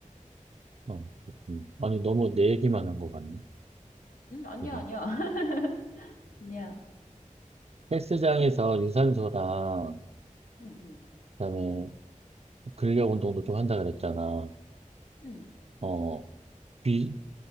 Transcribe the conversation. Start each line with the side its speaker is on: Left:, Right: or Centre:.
Right: 아 그렇군요. 아니, 너무 내 얘기만 한 것 같네.
Left: 응, 아니야,
Right: 여기.
Left: 아니야. <laughs> 아니야.
Right: 헬스장에서 유산소랑,
Left: 응, 응,
Right: 그다음에 근력 운동도 좀 한다 그랬잖아.
Left: 응.
Right: 어, 비,